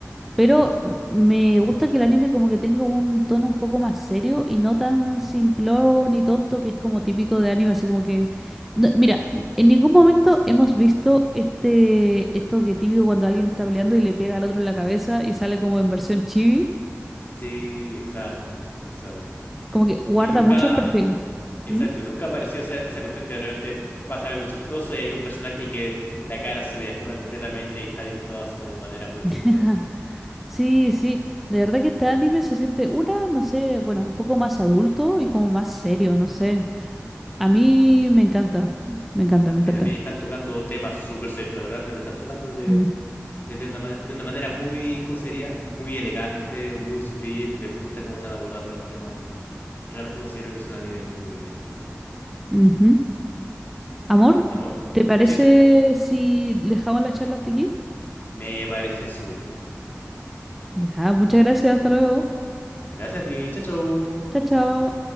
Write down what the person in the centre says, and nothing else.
Pero
me gusta que el anime como que tenga un tono un poco más serio y no tan simplón y tonto que es como típico de anime, así como que... No, mira, en ningún momento hemos visto este esto que típico cuando alguien está peleando y le pega al otro en la cabeza y sale como en versión chibi,
como que guarda
mucho el perfil.
¿Mm?
<laughs>
Sí, sí, de verdad que este anime se siente una, no sé, bueno, un poco más adulto y como más serio,
no sé. A mí me encanta, me encanta, me
encanta.
Mm,
ujú. Amor,
¿te parece
si dejamos la charla hasta aquí?
Ya, muchas gracias, hasta luego.
Chao, chao.